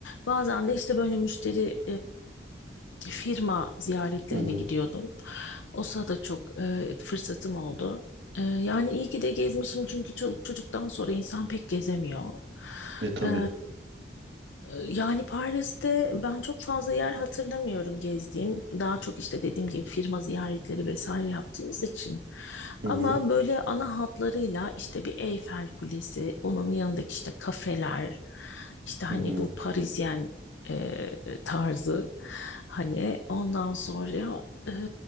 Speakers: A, on the left; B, on the right.
A: Bazen de işte böyle müşteri firma ziyaretlerine
B: Hı hı.
A: gidiyordum. O sırada çok e, fırsatım oldu. E, yani iyi ki de gezmişim çünkü çoluk çocuktan sonra insan pek gezemiyor.
B: E tabii.
A: E, yani Paris'te ben çok fazla yer hatırlamıyorum gezdiğim. Daha çok işte dediğim gibi firma ziyaretleri vesaire yaptığımız için.
B: Hı
A: Ama
B: hı.
A: böyle ana hatlarıyla işte bir Eyfel Kulesi, onun yanındaki işte kafeler, işte hani
B: Hı hı.
A: bu Parisyen e, tarzı hani ondan sonra e,